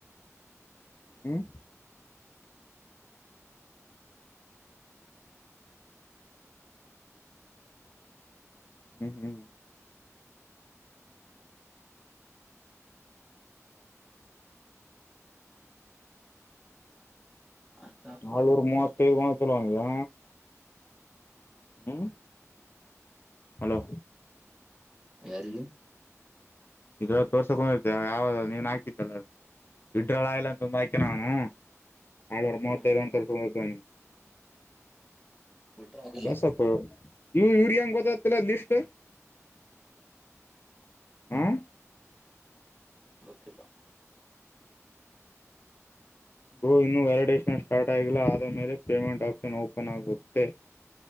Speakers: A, on the left; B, in the centre.
A: ಹ್ಮ್ ಹ್ಮ್ ಹ್ಮ್
B: ಅಷ್ಟ
A: ನಾಳೂರು ಮೂವತ್ತೈಐದು ಮಾ ತಿಲ್ಲವಾ ಅವನಿಗೆ ಹ್ಮ ಹಲೋ
B: ಯಾರಿಗು
A: ಇದ್ರ ತೋರ್ಸಕೊಂಡಿರ್ತ ಯಾವ ನೀನ್ ಹಾಕಿದ್ದಲ್ಲ ಇಡ್ರಲ್ಲ ಆಲ್ಲ ಅಂತಂದು ಹಾಕ್ಯನ ಅವನು ಆವರು ಮೂವತ್ತೈದು
B: ಹ್ಮ್
A: ಗಂ ತೋರ್ಸ ಕತೈತಿ
B: ಬಿಟ್ರೆ ಆಗಿಲ್ಲ
A: ಬಸ ಅಪ್ಪ ಇವು ಯೂರಿಯಂಗ ಗೊತ್ತತಿಲ್ಲ ಲಿಷ್ಟ ಹಾ
B: ಗೊತ್ತಿಲ್ಲ
A: ಗೋ ಇನ್ನು ವ್ಯಾಲಿಡಷನ್ ಸ್ಟಾರ್ಟ್ ಆಗಿಲ್ಲ ಆದ ಮೇಲೆ ಪೇಮೆಂಟ್ ಆಪ್ಷನ್ ಓಪನ್ ಆಗುತ್ತೆ